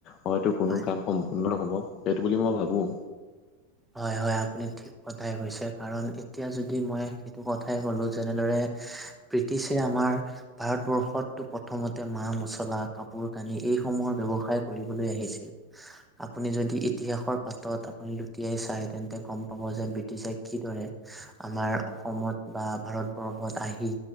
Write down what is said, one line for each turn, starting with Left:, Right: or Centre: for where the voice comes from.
Left: হয়তো কোনো
Centre: হয়
Left: কাম সম্পন্ন নহ'ব। সেইটো বুলি মই ভাবোঁ।
Centre: হয় - হয়, আপুনি ঠিক কথাই কৈছে, কাৰণ এতিয়া যদি মই সেইটো কথাই ক'লো, যেনেদৰে ব্ৰিটিছে আমাৰ ভাৰতবৰ্ষতটো প্ৰথমতে মা-মছলা, কাপোৰ-কানি এইসমূহৰ ব্যৱসায় কৰিবলৈ আহি ছিল। আপুনি যদি ইতিহাসৰ পাতত আপুনি লুটিয়াই চায়, তেন্তে গম পাব যে ব্ৰিটিছে কিদৰে আমাৰ অসমত বা ভাৰতবৰ্ আহি